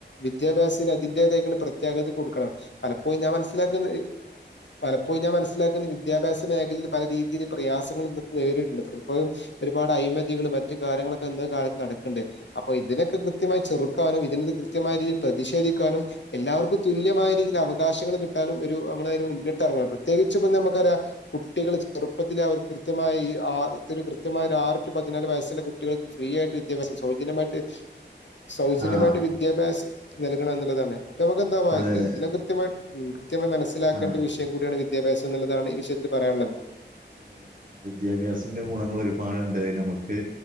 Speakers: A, on the left; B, on the right.
A: വിദ്യാഭ്യാസത്തിന് അതിന്റേതായിക്കണ് പ്രത്യേകത കൊടുക്കണം പലപ്പോഴും ഞാൻ മനസ്സിലാക്കുന്ന പലപ്പോഴും ഞാൻ മനസ്സിലാക്കുന്ന വിദ്യാഭ്യാസ മേഖലയിൽ പല രീതിയിൽ പ്രയാസങ്ങളും ഇന്ന് പ്പോ നേരിട്ണ്ട് പലപ്പോഴും ഒരു ഒരുപാട് അഴമതികളും മറ്റ് കാര്യങ്ങള ക്ക് ന്ന് കാലത്ത് നടക്കണ്ട് അപ്പൊ ഇതിനൊക്കെ കൃത്യമായി ചെറുക്കാനും ഇതിന് ത് കൃത്യമായ രീതിയിൽ പ്രതിഷേധിക്കാനും എല്ലാവർക്കും തുല്യമായ രീതിൽ അവകാശങ്ങൾ കിട്ടാനും ഒരു നമ്മള് അതിന് മുന്നിട്ടിറങ്ങണം പ്രത്യേകിച്ച് ഇപ്പം ഞമു ക്കറിയാം കുട്ടികൾ ചെറുപ്പത്തിലെ അവർ കൃത്യമായി ആ ഇത്തൊരു കൃത്യമായ ആറ് ടു പതിനാല് വയസ്സിലെ കു ട്ടികൾക്ക് ഫ്രീ ആയിട്ട് വിദ്യാഭ്യാസം സൗജന്യമായിട്ട് സൗജന്യമായിട്ട്
B: ആ
A: വിദ്യാഭ്യാസ നൽകണം എന്നുള്ളതാണ് അപ്പൊ നമുക്ക് എന്താവായത്ത്
B: അതെ അതെ
A: ഇതിനെ കൃത്യമായി ഉം കൃത്യ ത്യമായി മനസ്സിലാക്കേണ്ട
B: ആ
A: ഒരു വിഷയം കൂടിയാണ് വിദ്യാഭ്യാസം എന്നുള്ളതാണ് വിഷയത്തിൽ പറയാനുള്ളത്
B: അതെ അതെ അ വിദ്യാഭ്യാസത്തിന്റെ ഗുണങ്ങൾ ഒരുപാടുണ്ട് നമുക്ക്